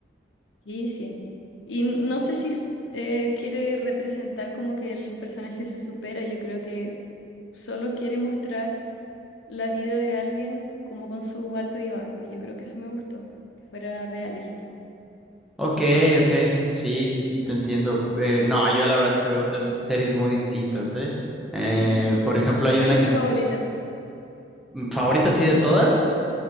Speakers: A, on the left; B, in the centre.
A: sí. sí. Y no sé si eh, quiere representar como que el personaje se supera, yo creo que solo quiere mostrar la vida de alguien como con su alto y bajo, y yo creo que eso me gustó, que fuera realista.
B: Ok, ok, sí, sí, sí, te entiendo. Eh, no, yo la verdad es que veo tem- series muy distintas, ¿eh? Eh,
A: Ujú.
B: por ejemplo, hay
A: ¿Cuál
B: una
A: es
B: que
A: tu favorita?
B: me gusta, favorita así de todas,